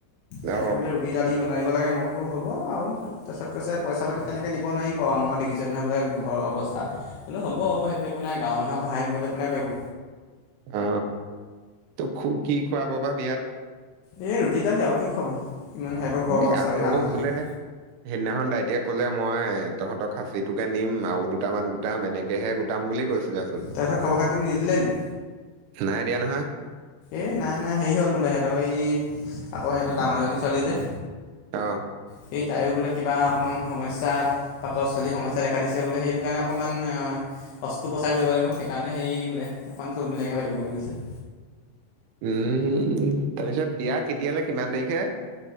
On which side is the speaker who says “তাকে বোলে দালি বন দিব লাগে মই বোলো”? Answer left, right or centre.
Left